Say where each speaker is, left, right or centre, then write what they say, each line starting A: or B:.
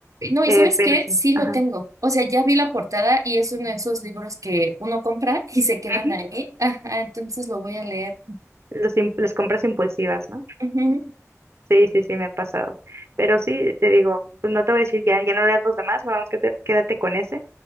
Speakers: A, on the right (about 80°); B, on the right (about 55°).
A: No, y
B: eh,
A: ¿sabes
B: pero
A: qué?
B: sí,
A: Sí lo
B: ajá,
A: tengo. O sea, ya vi la portada y es uno de esos libros que uno compra y se quedan
B: ujú,
A: ahí. Ajá, entonces lo voy a leer.
B: los im- las compras impulsivas, ¿no?
A: Ujú.
B: Sí, sí, sí, me ha pasado. Pero sí, te digo, pues no te voy a decir ya, ya no leas los demás, nada más que te- quédate con ese.